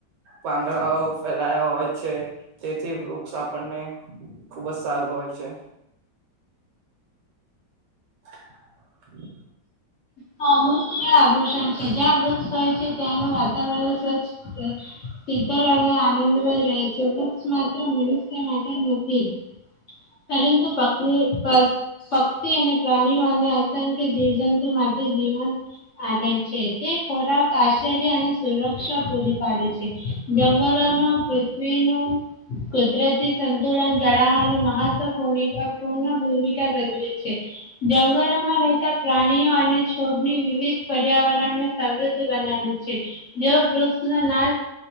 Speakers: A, on the right; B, on the left.
A: પાંદડાઓ ફેલાયા હોય છે. તેથી વૃક્ષ આપણને ખુબ જ સારું હોય છે. <unintelligible>
B: હ <inaudible> આભૂષણ છે જ્યાં વૃક્ષ હોય છે ત્યાંનું વાતાવરણ સ્વચ્છ. શીતળ અને આનંદમય રહે છે વૃક્ષ માત્ર મનુષ્ય માટે નથી. પરંતુ પ પ. પક્ષી અને પ્રાણીઓ અને અસંખ્ય જીવજંતુ માટે જીવન. આગળ છે તે ખોરાક આશ્ચર્ય અને સુરક્ષા પૂરી પાડે છે. જંગલોનું પૃથ્વીનું કુદરતી સંતુલન જાળવાનું મહત્વ. પૂર્ણ ભૂમિકા પૂર્ણ ભૂમિકા ભજવે છે. જંગલોમાં રહેતા પ્રાણીઓ અને છોડની વિવિધ પર્યાવરણને. સમૃદ્ધિ બનાવે છે જો વૃક્ષનો નાશ.